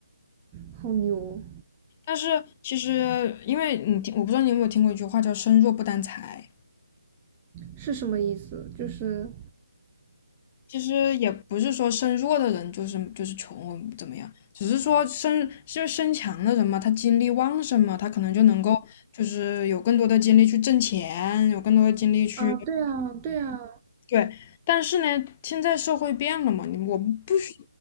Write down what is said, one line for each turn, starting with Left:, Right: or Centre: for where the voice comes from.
Right: 好牛！
Left: 但是其实，因为你听，我不知道你有没有听过一句话叫“身弱不担财”，
Right: 是什么意思？就是
Left: 其实也不是说身弱的人就是就是穷或怎么样，只是说身就是身强的人嘛，他精力旺盛嘛，他可能就能够就是有更多的精力去挣钱，有更多的精力去。
Right: 啊，对啊，对啊，
Left: 对，但是呢，现在社会变了嘛，你我们不需